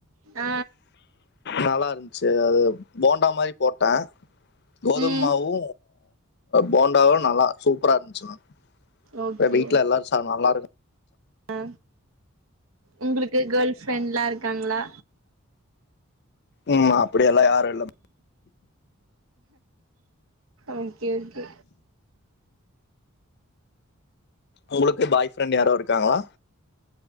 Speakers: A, on the right; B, on the left.
A: அ
B: நல்லா இருந்துச்சு அது போண்டா மாரி போட்டே கோதுமாவு
A: ம்
B: போண்டாவு நல்லா சூப்பரா இருந்துச்சுங்க
A: ஓகே
B: இப்ப வீட்ல எல்லாரு ச நல்லா இருக்கு
A: அ உங்களுக்கு கேர்ள் ஃப்ரெண்ட்லா இருக்காங்களா
B: உம் அப்படியல்லா யாரு இல்ல
A: ஓகே ஓகே
B: உங்களுக்கு பாய் ஃப்ரெண்ட் யாரு இருக்காங்களா